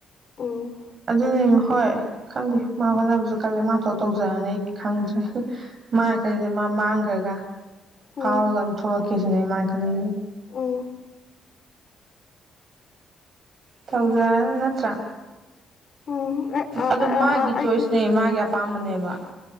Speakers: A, on the left; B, on the right.
A: ꯑꯣ
B: ꯑꯗꯨꯅꯤ ꯍꯣꯏ ꯈꯪꯗꯦ ꯃꯥ ꯍꯣꯠꯅꯕꯁꯨ ꯀꯜꯂꯦ ꯃꯥꯊ ꯇꯧꯖꯔꯅꯤ ꯑꯩ ꯈꯪꯗ꯭ꯔꯦ ꯃꯥ ꯀꯩꯁꯦ ꯃꯥ ꯃꯥꯡꯈ꯭ꯔꯒ ꯍꯥꯎꯔꯒꯝ
A: ꯎꯝ
B: ꯊꯂꯛ ꯀꯁꯅꯤ ꯃꯥꯒꯔꯤ
A: ꯎꯝ
B: ꯊꯧꯖꯟ ꯅꯠꯇ꯭ꯔꯥ
A: ꯎꯝ ꯑꯩꯁꯨ
B: ꯑꯗꯨ ꯃꯥꯒꯤ ꯆꯣꯏꯁꯅꯦ ꯃꯥꯒꯤ ꯑꯄꯥꯝꯕꯅꯦꯕ